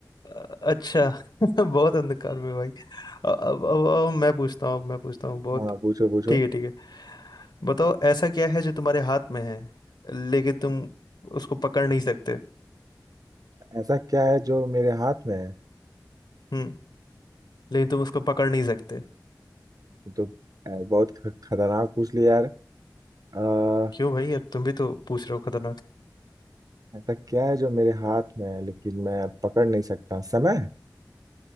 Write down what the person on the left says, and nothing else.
अ, अच्छा <laughs> बहुत अंधकार में भाई अब अब, अब, अब मैं पूछता हूँ अब मैं पूछता हूँ बहुत
ठीक है ठीक है बताओ ऐसा क्या है जो तुम्हारे हाथ में है लेकिन तुम उसको पकड़ नहीं सकते
हम्म लेकिन तुम उसको पकड़ नहीं सकते
क्यों भाई अब तुम भी तो पूछ रहे हो खतरनाक